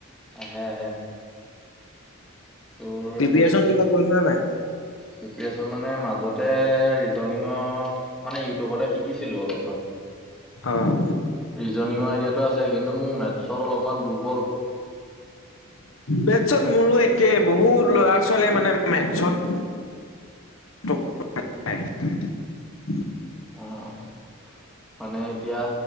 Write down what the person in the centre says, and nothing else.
আহে -আহে তোৰ
সেই
প্ৰিপেৰেচন মানে মাজতে ৰিজনঙৰ মানে ইউটিউবতে শিকিছিলো অলপমান
ৰিজনঙৰ আইডিয়াাতটো আছে। কিন্তু মোৰ মেথছত অলপমান দুৰ্বল।
অ 'মানে এতিয়া